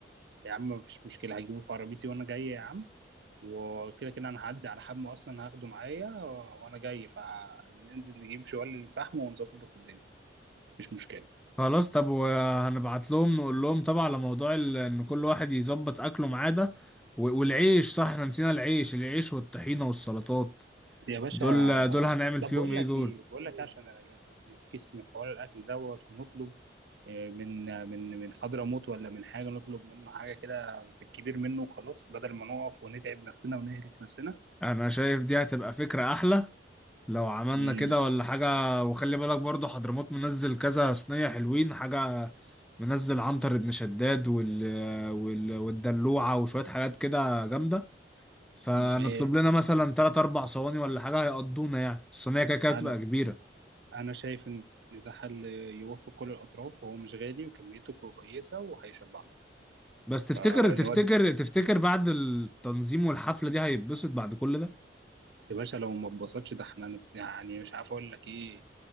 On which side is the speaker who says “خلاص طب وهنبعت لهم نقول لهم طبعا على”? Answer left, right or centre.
Centre